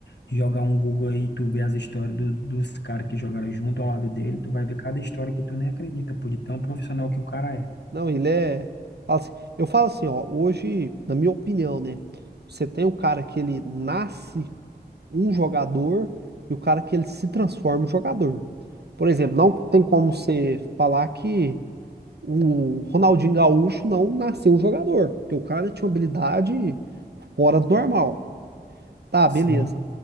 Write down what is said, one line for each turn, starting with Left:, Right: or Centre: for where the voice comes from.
Left: jogar um Google aí, tu vê as histórias do- dos caras que jogaram junto ao lado dele, tu vai ver cada história que tu nem acredita, pô, de tão profissional que o cara é.
Right: Não, ele é. assim, eu falo assim, ó, hoje, na minha opinião, né? Você tem o cara que ele nasce um jogador e o cara que ele se transforma um jogador. Por exemplo, não tem como você falar que o Ronaldinho Gaúcho não nasceu um jogador, porque o cara tinha uma habilidade fora do normal. Tá,
Left: Sim,
Right: beleza.